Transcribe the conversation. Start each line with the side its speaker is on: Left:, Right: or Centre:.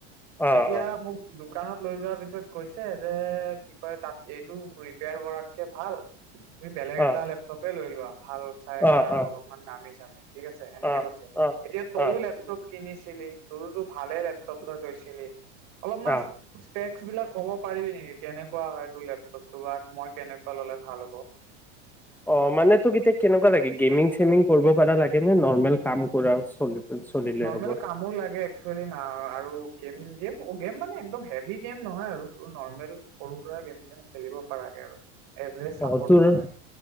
Centre: আহ
Right: এতিয়া মোক দু দোকানত লৈ যোৱাৰ পিছত কৈছে, যে কি কয় তাত এইটো ৰিপেয়াৰ কৰাতকে ভাল তুমি বেলেগ এটা
Centre: আহ
Right: লেপটপে লৈ লোৱা। ভাল চাই এটা
Centre: আহ আহ আহ
Right: অলপমান দামী চামি ঠিক আছে, এনেকে
Centre: আহ
Right: কৈছে
Centre: আহ
Right: এতিয়া তইও
Centre: আহ
Right: লেপটপ কিনিছিলি তোৰতো ভালে লেপটপ এটা লৈছিল। যেনে অলপমান
Centre: আহ
Right: পেক্স বিলাক ক'ব পাৰিবি নেকি কেনেকুৱা হয়, তোৰ লেপটপটো বা মই কেনেকুৱা ললে ভাল হ'ব।
Centre: অ মানে তোক এতিয়া কেনেকুৱা লাগে গেমিং চেমিং কৰিব পাৰা লাগে নে নৰ্মেল কাম কৰা চলি চলিলে
Right: নৰ্মেল
Centre: হ'ব
Right: কামো লাগে এক্সচুৱেলি না আৰু গেম, গেম অ গেম মানে একদম হেভি গেম নহয় আৰু। নৰ্মেল সৰু সুৰা গেম চেম খেলিব পাৰাকে আৰু। এভাৰেজ চাপৰ্ট
Centre: অ তোৰ,
Right: কৰাকে